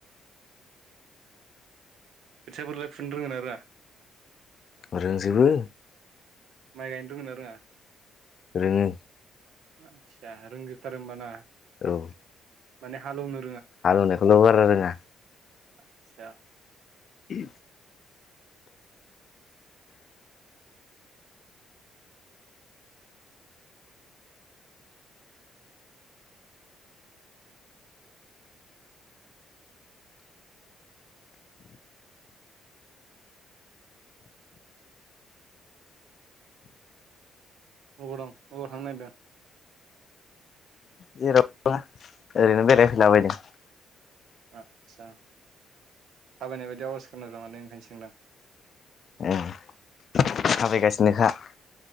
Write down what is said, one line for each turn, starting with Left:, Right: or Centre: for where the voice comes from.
Right: खोथिया फोरलाय फुनो रोंगोन ना रोङा आरो
Left: रोंजोबो
Right: माइ गायनो रोंना रोङा
Left: रोङो
Right: आतसा रोंजुथ रोमबाना
Left: औ
Right: माने हालौनो
Left: हालौवनायखौल' बारा रोङा
Right: आतसा
Left: ए
Right: अबाव दं अबाव थांनो नागेरदों
Left: जेरावा ओरैनो बेरायफैलाबायदों
Right: आस्सा थाबायनाय बायदि अवास् खोनादों माने ओंखायनो सोंदों
Left: ए थाबायगासिनोखा